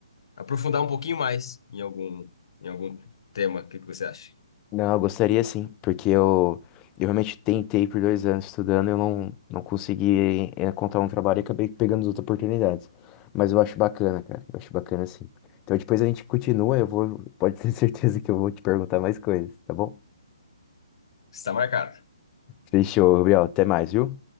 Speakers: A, on the left; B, on the left.
A: aprofundar um pouquinho mais em algum, em algum tema. O que que você acha?
B: Não, eu gostaria sim, porque eu, eu realmente tentei por dois anos estudando, eu não, não consegui eh, encontrar um trabalho e acabei pegando as outras oportunidades. Mas eu acho bacana, cara, eu acho bacana sim. Então depois a gente continua, eu vou, <laughs> pode ter certeza que eu vou te perguntar mais coisas, tá bom?
A: Está marcado.
B: Fechou, Gabriel, até mais, viu?